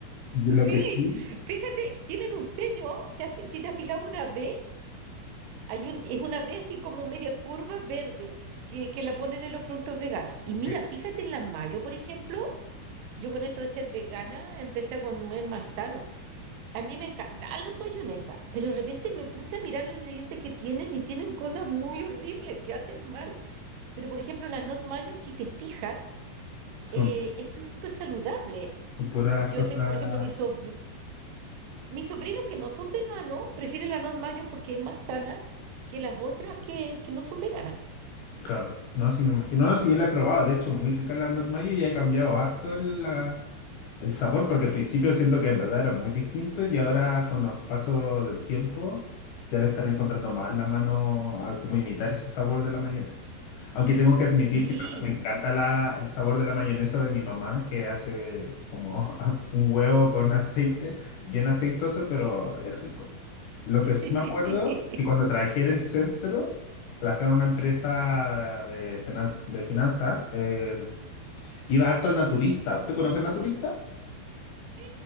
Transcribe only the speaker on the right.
Sí,
fíjate, tienen un sello, te has- si te has fijado una vez Hay un, es una vez así como media curva verde que, que la ponen en los productos veganos. Y
mira, fíjate en las mayo, por ejemplo, yo con esto de ser vegana empecé a comer más sano. A mí me encantaban las mayonesas, pero de repente me puse a mirar los ingredientes que tienen y tienen cosas muy horribles que hacen mal. Pero por ejemplo, la not mayo, si te fijas,
eh, es súper saludable.
Yo
tengo, por ejemplo, mis, sobr- mis sobrinos que no son veganos, prefieren la not mayo porque es más sana que las otras que, que no son veganas.
Sí.
<laughs>
Sí,